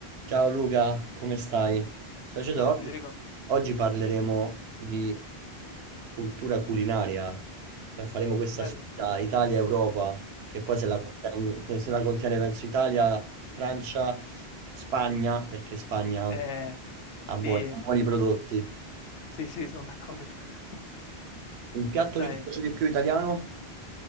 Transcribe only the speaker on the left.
Ciao
Federico,
bello.
Eh,
sì,
sì, sì, sono d'accordo. <laughs>
Dai,